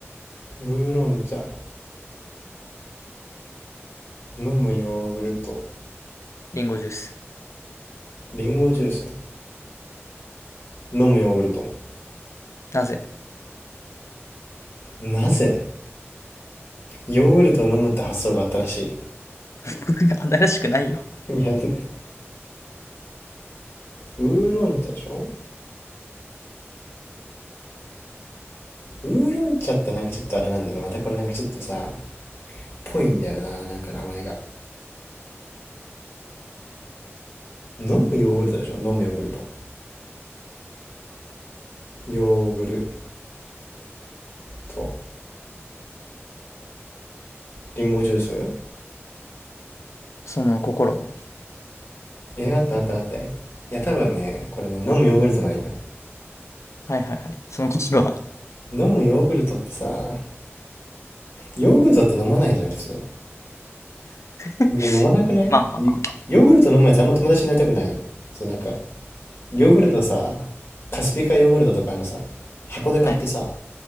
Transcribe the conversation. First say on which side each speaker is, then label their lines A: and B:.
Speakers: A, on the left; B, on the left.
A: ウーロン茶、飲むヨーグルト、
B: リンゴジュース。
A: リンゴジュース、飲むヨーグルト。
B: なぜ
A: なぜ、ヨーグルトを飲むって発想があったらし
B: <laughs> 新しくないよ。
A: い。いや、<laughs> ウーロン茶でしょウーロン茶ってなんかちょっとあれなんだよねまたこれなんかちょっとさ、ぽいんだよな。なんか名前が。飲むヨーグルトでしょ飲むヨーグルト。ヨーグルト。リンゴジュース
B: その心は。
A: え、あったあったあった。いや、多分ね、これね、飲むヨーグルトなんよ。
B: はいはいはい。その心は。
A: 飲むヨーグルトってさ、ヨーグルトって飲まないじゃん、普通。
B: <laughs>
A: いや、飲まなくないヨヨーグルト飲むやつあんま友達になりたくないよ。
B: まあまあまあま
A: そう、なんか、ヨーグルトさ、カスピカヨーグルトとかのさ、箱で買ってさ、
B: あ。はいはい。